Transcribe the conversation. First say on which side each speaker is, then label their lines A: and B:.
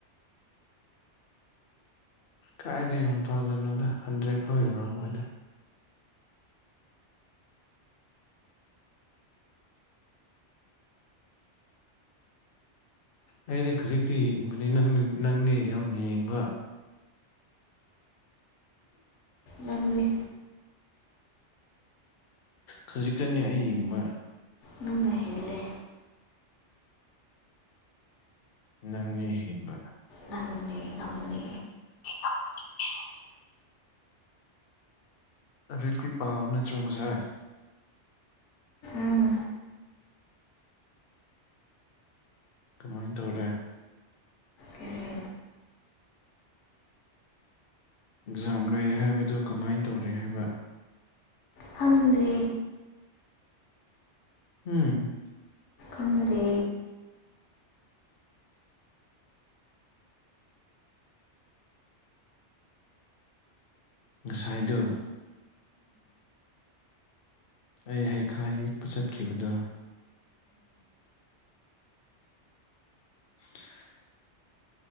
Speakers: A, on the left (about 60°); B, on the left (about 75°).
A: ꯀꯥꯏꯗꯩꯩ ꯋꯥꯟ ꯊꯥꯎꯖꯟꯅꯣꯗ ꯍꯟꯗ꯭ꯔꯦꯗ ꯐꯥꯎꯌꯧꯔꯃ‌ꫭꯏꯗ ꯑꯩꯅꯦ ꯈꯖꯤꯛꯇꯤ ꯌ‌ꯦꯡꯕꯅ‌ꯦ ꯅꯪꯅꯦ ꯅꯪꯅꯦ ꯌꯥꯝ ꯌꯦꯡꯕ
B: ꯅꯪꯅꯤ
A: ꯈꯖꯤꯛꯇꯅꯦ ꯑꯩ ꯌꯦꯡꯕ
B: ꯅꯪꯅ ꯍ‌ꯦꯜꯂꯤ
A: ꯅꯪꯅꯦ ꯍꯦꯟꯕ
B: ꯅꯪꯅꯤ ꯅꯪꯅꯤ
A: <unintelligible> ꯂꯥꯏꯔꯤꯛꯇꯤ ꯄꯥꯕꯅꯠꯇꯔ‌ꫭ ꯉꯁꯥꯏ
B: ꯎꯝ
A: ꯀꯃꯥꯏ ꯇꯧꯔꯦ
B: ꯀꯔꯤ
A: ꯑꯦꯛꯖꯥꯝ ꯂꯩ ꯍꯥꯏꯕꯗꯨ ꯀꯃꯥꯏꯅ ꯇꯧꯔꯦ ꯍꯥꯏꯕ
B: ꯈꯪꯗꯦ
A: ꯎꯝ
B: ꯈꯪꯗꯦ
A: ꯉꯁꯥꯏꯗꯨ ꯑꯩ ꯍꯩꯈꯥ ꯍꯦꯛꯄ ꯆꯠꯈꯤꯕꯗꯨ <inaudible>